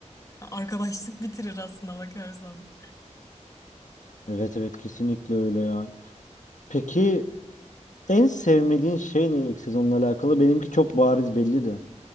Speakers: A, on the left; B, on the left.
A: Arkadaşlık <laughs> bitirir aslında bakarsan.
B: Evet evet kesinlikle öyle ya. Peki en sevmediğin şey ne ilk sezonla alakalı? Benimki çok bariz belli de.